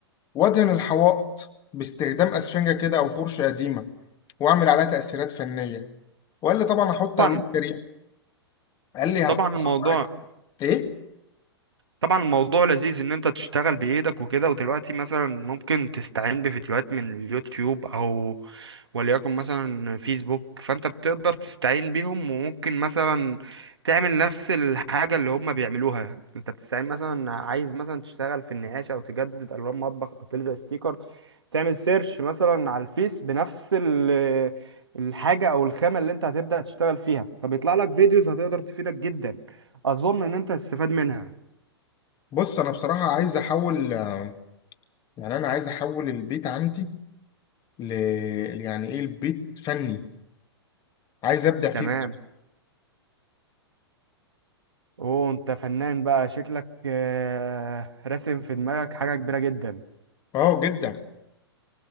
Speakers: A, on the left; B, on the right.
A: وادهن الحوائط باستخدام اسفنجة كده او فرشة قديمة واعمل عليها تأثيرات فنية وقال لي طبعا هحط
B: طبعا
A: الوان جريئة قال لي هتطلع
B: طبعا الموضوع
A: معاك ايه
B: طبعا الموضوع لذيذ ان انت تشتغل بايدك وكده ودلوقتي مثلا ممكن تستعين بفيديوهات من اليوتيوب او وليكن مثلا فيسبوك فانت بتقدر تستعين بيهم وممكن مثلا تعمل نفس الحاجة اللي هم بيعملوها انت بتستعين مثلا عايز مثلا تشتغل في النقاش او تجدد الوان مطبخ او تلزق ستيكر تعمل سيرش مثلا على الفيس بنفس ال- الحاجة او الخامة اللي انت هتبدأ تشتغل فيها فبيطلع لك فيديوز هتقدر تفيدك جدا اظن ان انت هتستفاد منها
A: بص انا بصراحة عايز احول آه، يعني انا عايز احول البيت عندي ل يعني ايه البيت فني عايز ابدع فيه
B: تمام اوه انت فنان بقى شكلك آه، راسم في دماغك حاجة كبيرة جدا
A: اه جدا